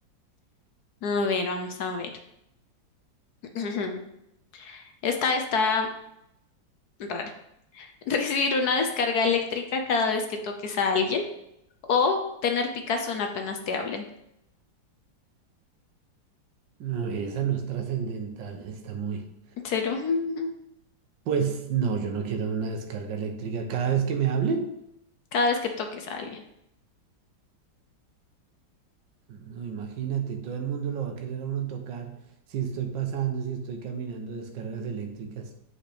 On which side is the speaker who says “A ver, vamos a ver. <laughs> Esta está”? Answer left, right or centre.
Left